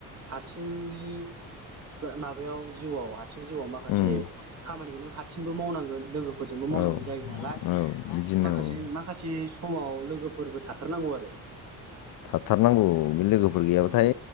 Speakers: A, on the right; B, on the left.
A: हारसिंनि माबायाव जिउआव हाय। हारसिंनि जिउआव माखासे
B: उम
A: खानिखौनो हारसिं। हारसिंबो मावनांगोन लोगोफोरजोंबो। फोरजोंबो मावनांगोन
B: औ
A: जायो नालाय
B: औ बिदिनो
A: माखासे
B: औ
A: माखासे। समाव लोगोफोरबो थाथारनांगौ आरो।
B: थाथारनांगौ बे लोगोफोर गैयाबाथाय
A: औ